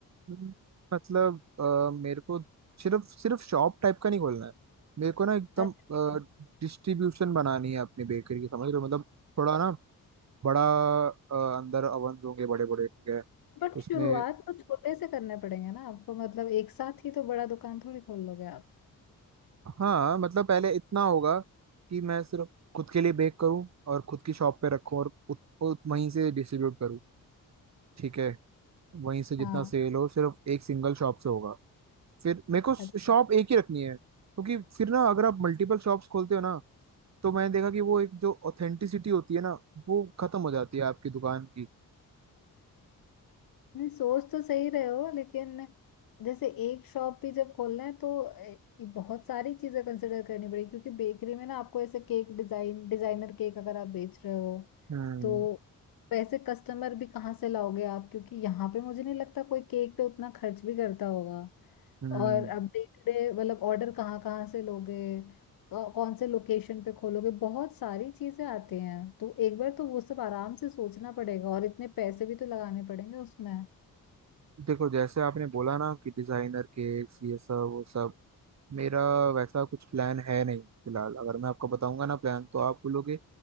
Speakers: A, on the right; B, on the left.
A: हम्म, मतलब अ, मेरे को सिर्फ सिर्फ शॉप टाइप का नहीं खोलना है मेरे को ना एकदम
B: अच्छा
A: डिस्ट्रीब्यूशन बनानी है अपनी बेकरी की समझ रहे हो मतलब थोड़ा ना बड़ा अ, अंदर ओवन होंगे बड़े बड़े ठीक है
B: बट
A: उसमें
B: शुरुआत तो छोटे से करने पड़ेंगे ना आपको मतलब एक साथ ही तो बड़ा दुकान थोड़ी खोल लोगे आप
A: हाँ मतलब पहले इतना होगा कि मैं सिर्फ खुद के लिए बेक करूं और खुद की शॉप पे रखूं और उत, उत, वहीं से डिस्ट्रीब्यूट करूं ठीक है वहीं से जितना
B: हाँ
A: सेल हो सिर्फ एक सिंगल शॉप से होगा फिर मेरे को
B: अच्छा
A: शॉप एक ही रखनी है क्योंकि फिर ना अगर आप मल्टीपल शॉप्स खोलते हो ना तो मैंने देखा कि वो एक जो ऑथेंटिसिटी होती है ना वो खत्म हो जाती है आपकी दुकान की
B: नहीं सोच तो सही रहे हो लेकिन जैसे एक शॉप भी जब खोलना है तो ए, बहुत सारी चीजें कंसिडर करनी पड़ेगी क्योंकि बेकरी में ना आपको ऐसे केक डिजाइन डिजाइनर केक अगर आप बेच रहे हो
A: हम्म
B: तो वैसे कस्टमर भी कहाँ से लाओगे आप क्योंकि यहाँ पे मुझे नहीं लगता कोई केक पे उतना खर्च भी करता होगा
A: हम्म
B: और अब डे टू डे मतलब ऑर्डर कहाँ कहाँ से लोगे क- कौन से लोकेशन पे खोलोगे बहुत सारी चीजें आती हैं तो एक बार तो वो सब आराम से सोचना पड़ेगा और इतने पैसे भी तो लगाने पड़ेंगे उसमें
A: देखो जैसे आपने बोला ना कि डिजाइनर केक्स ये सब वो सब मेरा वैसा कुछ प्लान है नहीं फिलहाल अगर मैं आपको बताऊंगा ना प्लान तो आप बोलोगे